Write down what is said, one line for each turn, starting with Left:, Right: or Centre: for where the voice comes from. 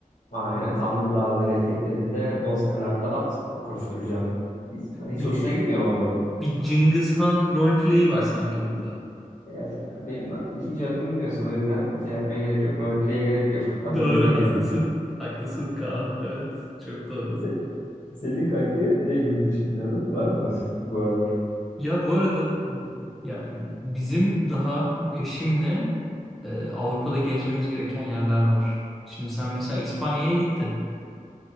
Left: Aynen Tanrı dağları eteklerinde bozkırlarda at koşturacağım. Hiç, hiç
Centre: Bir,
Left: hoşuna gitmiyor ama bu.
Centre: bir Cengiz Han roleplay'i var sanki burada.
Left: Ya, Benim ikinci adımı biliyorsun. O yüzden şey yapmaya gerek yok. Roleplay'e gerek yok. Adımızda
Centre: Doğru
Left: gizli.
Centre: haklısın. Haklısın Kaan. Evet. Çok doğru.
Left: Se- Senin kanki ne yurt dışı planın var mı bu aralar?
Centre: Ya bu arada yani bizim daha eşimle e, Avrupa'da gezmemiz gereken yerler var. Şimdi sen mesela İspanya'ya gittin.